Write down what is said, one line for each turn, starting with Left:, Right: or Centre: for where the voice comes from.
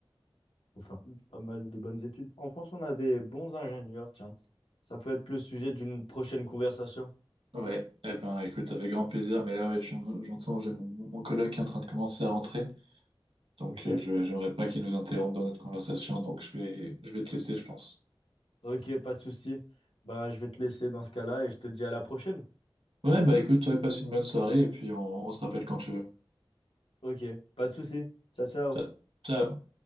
Left: faut faire pas mal de bonnes études. En France, on a des bons ingénieurs, tiens. Ça peut être le sujet d'une prochaine conversation.
Right: Ouais, eh ben écoute, avec grand plaisir, mais là ouais, j'en- j'entends, j'ai mon, mon coloc qui est en train de commencer à rentrer, donc
Left: Ok.
Right: euh, je j'aimerais pas qu'il nous interrompe dans notre conversation, donc je vais je vais te laisser, je pense.
Left: Ok, pas de souci. Bah, je vais te laisser dans ce cas-là et je te dis à la prochaine.
Right: Ouais, bah écoute, ouais, passe une bonne soirée et puis on, on se rappelle quand tu veux.
Left: Ok, pas de souci. Ciao, ciao.
Right: Ciao. Ciao.